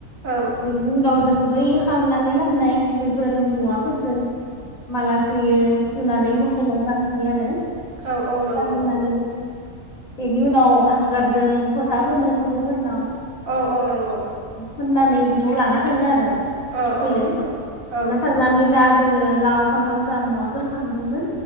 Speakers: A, on the right; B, on the left.
A: औ
B: बेनि उनाव जोङो बै हांनानै लाबोननाय बैफोर मुवाफोरजों माला सुयो सु मोखौनाव गानहैयो आरो
A: औ औ नंगौ
B: गानहानै बेनि उनाव हांगारजों फोथा फोनो मोसौफोरनाव
A: औ औ नंगौ।
B: फोननानै बेखौ लाना थाङो आरो
A: औ
B: थुखैनो
A: औ नंगौ
B: लाना
A: औ
B: थांनानै जा जोङो लाव फान्थाव जा मुवाफोर खाङो दोंमोन।